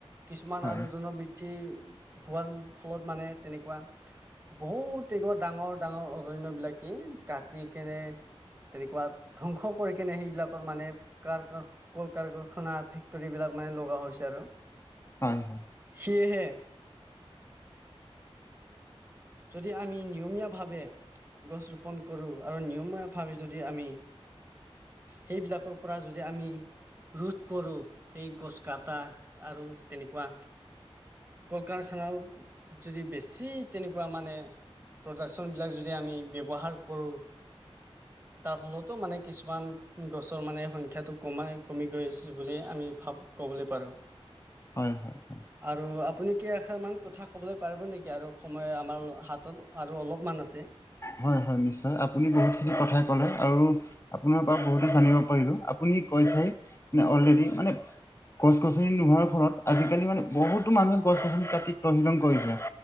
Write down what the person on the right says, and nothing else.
কিছুমান
আৰু জনবৃ দ্ধি, হোৱাৰ ফলত মানে তেনেকুৱা। বহুত এনেকুৱা ডাঙৰ ডাঙৰ অৰণ্যবিলাকে কাটি কেনে তেনেকুৱা ধ্বংস কৰি কেনে সেইবিলাকৰ মানে কাৰ কাৰ কল-কাৰখানা ফে ফেক্টৰীবিলাক মানে লগা হৈছে আৰু।
সেয়েহে যদি আমি নিয়মীয়াভাৱে গছ ৰোপন কৰোঁ আৰু নিয়মীয়াভাৱে যদি আমি সেইবিলাকৰ পৰা যদি আমি ৰোধ কৰোঁ সেই গছ কাটা। আৰু তেনেকুৱা কল-কাৰখানা যদি বেছি তেনেকুৱা তাৰমানে প্ৰডাকশ্যনবিলাক যদি আমি ব্যৱহাৰ কৰোঁ। তাৰ ফলতো মানে কিছুমান গছৰ মানে সংখ্যাটো কমায় কমি গৈছে বুলি আমি ভাৱ আমি ক'বলৈ পাৰো।
আৰু আপুনি কেই আষাৰ মান কথা কবলৈ পাৰিব নেকি আৰু সময় আমাৰ হাতত আৰু অলপমান আছে।